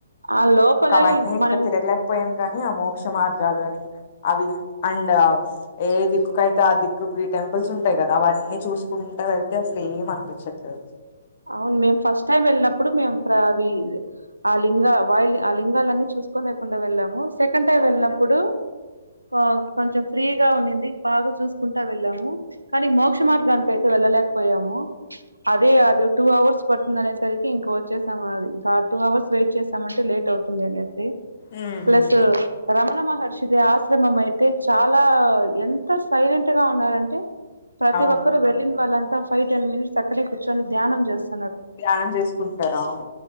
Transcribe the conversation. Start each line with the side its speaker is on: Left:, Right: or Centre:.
Right: ఆ లోపల
Left: ఇంకా అవన్నీ
Right: మనం
Left: ఇంకా తిరగలేకపోయా కానీ ఆ మోక్ష మార్గాలు అని అవి అండ్ ఏ దిక్కుకు అయితే ఆ దిక్కుకి టెంపుల్స్ ఉంటాయి కదా అవన్నీ చూసుకుంటా వెళ్తే అసలు ఏం అనిపించట్లేదు
Right: అవును మేము ఫస్ట్ టైం వెళ్ళినప్పుడు మేము ప్రవి ఆ లింగ వాయి ఆ లింగాలన్నీ చూసుకోలేకుండా వెళ్ళాము సెకండ్ టైం వెళ్ళినప్పుడు కా కొంచెం ఫ్రీగా ఉన్నింది బాగా చూసుకుంటా వెళ్ళాము కానీ మోక్ష మార్గానికి అయితే వెళ్ళలేకపోయాము అదే అది టూ అవర్స్ పడుతుంది అనేసరికి ఇంక వచ్చేసాం అది ఇంకా టూ అవర్స్ వెయిట్ చేస్తామంటే లేట్ అవుతుంది అనేసి
Left: ఉమ్
Right: ప్లస్
Left: ఉమ్.
Right: రమణ మహర్షి ది ఆస శ్రమం అయితే చాలా ఎంత సైలెంట్ గా ఉన్నారంటే ప్రతి
Left: అవును
Right: ఒక్కరుూ వెళ్ళనా వాళ్ళం ఫైవ్ టెన్ మనిట్స్ అక్కడే కూర్చొని ధ్యానం చెస్
Left: ధ్యానం చేసుకుంటుారు అవును